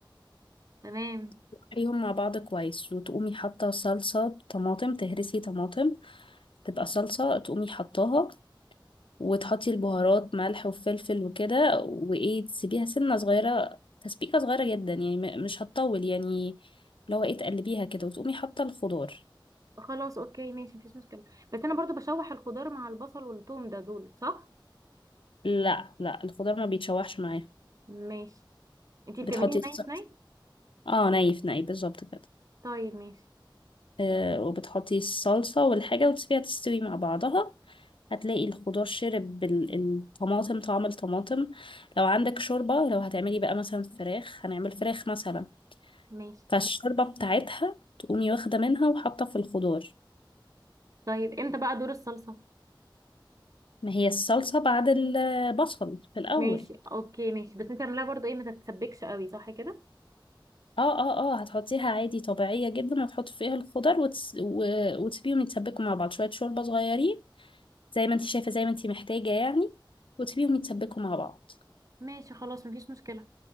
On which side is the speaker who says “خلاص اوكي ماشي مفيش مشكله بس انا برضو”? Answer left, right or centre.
Right